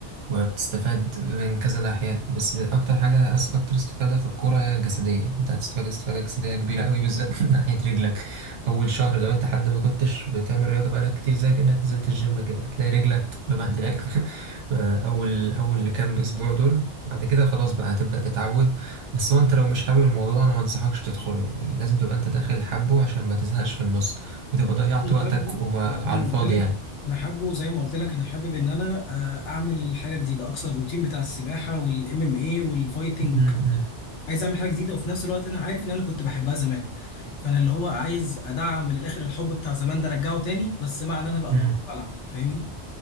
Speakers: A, on the right; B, on the left.
A: وبتستفاد من كذا ناحية بس أكتر حاجة أس- أكتر استفادة في الكورة هي الجسدية أنت هتستفاد استفادة جسدية كبيرة قوي بالذات <laughs> من ناحية رجلك أول شهر لو أنت حد ما كنتش بتعمل رياضة بقالك كتير زي كأنك نزلت الجيم كده هتلاقي رجلك مبهدلاك <laughs> أول أول كام أسبوع دول بعد كده خلاص بقى هتبدأ تتعود بس هو أنت لو مش حابب الموضوع أنا ما أنصحكش تدخله يعني لازم تبقى أنت داخل حبه عشان ما تزهقش في النص وتبقى ضيعت
B: انا
A: وقتك
B: حابه زي
A: وما على
B: ما
A: الفاضي
B: قلت لك
A: يعني
B: انا حابه زي ما قلت لك انا حابب ان انا آه، اعمل حاجه جديده اكسر الروتين بتاع السباحه والام ام اي والفايتنج والكلام
A: م- م-
B: ده عايز اعمل حاجه جديده وفي نفس الوقت انا عارف ان انا كنت بحبها زمان فانا اللي هو عايز ادعم من الاخر الحب بتاع زمان ده ارجعه تاني بس مع ان انا بقى
A: م.
B: بعرف العب فاهمني